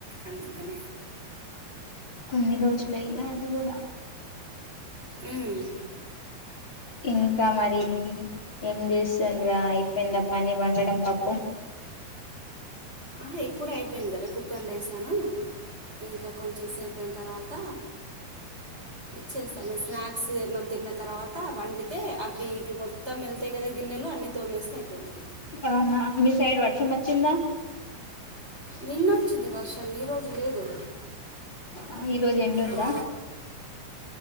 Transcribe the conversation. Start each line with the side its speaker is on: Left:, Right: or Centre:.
Right: అందుకనే
Left: కొన్ని రోజులు ఇగా అది కూడా
Right: ఉమ్మ్
Left: ఇంకా మరి ఏం చేస్తుండరా అయిపోయింద పని వండడం పప్పు
Right: ఆ ఇప్పుడే అయిపోయింది కదా కుక్కర్లు వేసిన ఇంకా కొంచెం సేపు అయిన తర్వాత ఇచ్చేస్తాం స్నాక్ మ తిన్న తర్వాత వండితే అవి ఇవి మొత్తం వెళ్తాయి కదా గిన్నెలు అన్నీ తోమేస్తే అయిపోయింది
Left: అవునా మీ సైడ్ వర్షం వచ్చిందా
Right: నిన్నొచ్చిది వర్షం ఈరోజు లేదు
Left: ఆ ఈరోజు ఎండ ఉందా
Right: ఆ,